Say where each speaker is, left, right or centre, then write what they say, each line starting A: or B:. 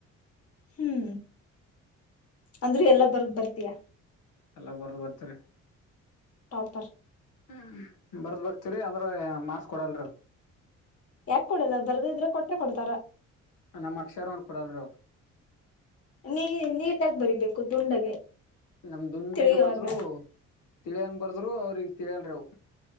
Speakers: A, on the left; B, on the left.
A: ಹ್ಮ್ ಅಂದ್ರೆ ಎಲ್ಲಾ ಬರ್ದ ಬರ್ತಯಾ
B: ಎಲ್ಲ ಬರ್ದು ಬರ್ತೀರಿ
A: ಟಾಪರ್
B: ಹ್ಮ್ ಬರ್ದ್ ಬರ್ತರಿ ಅದ್ರ ಮಾಡಾರ್ಸ್ಕೊಡಲ್ರಿ ಅವರು
A: ಯಾಕ್ ಕೊಡಲ್ಲ ಬರ್ದಿದ್ರೆ ಕೊಟ್ಟೆ ಕೊಡ್ತಾರ.
B: ನಮ್ಮ್ ಅಕ್ಷರ ನೋಡ್ ಕೊಡಲ್ರೀ ಅವ್ರು
A: ನೀ ನೀಟಾಗಿ ಬರೀಬೇಕು ದುಂಡಗೆ.
B: ನಮ್ ದುಂಡೆಗೆ
A: ತಿಳಿಯೋ
B: ಬರ್ದ್ರು
A: ಹಾಗ,
B: ತಿ ಬರ್ದ್ರು ಅವ್ರಗ್ ತಿಳ್ಯಂಲ್ಲ ಅವು.